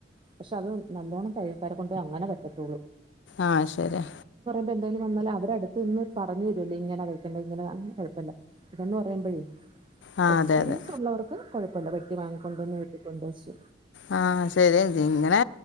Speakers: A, on the right (about 30°); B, on the left (about 80°).
A: പഷെ അത് നല്ലോണം തയ്യൽക്കാരെ കൊണ്ടെ അങ്ങനെ പറ്റത്തൊള്ളൂ.
B: ആ ശരിഅ
A: പ്പ എന്തെലുംവന്നാല് അവരഅട്ത്ത്നിന്ന് പറഞ്ഞരുല്ലൊ ഇങ്ങനെ വെക്കണ്ടേ ഇങ്ങന തൈകണ്ടേ അങ്ങനെ <unintelligible> പറയുമ്പയേ
B: ആ
A: എക്സ്പീരിയൻസ്
B: അതെ അതെ
A: ഉള്ളവർക്ക് കൊഴപ്പല്ല. വെട്ടിവാങ്ങിക്കൊണ്ടന്ന് വീട്ടികൊണ്ടയ്ച്ച്.
B: ആ ശരി ഇങ്ങനെ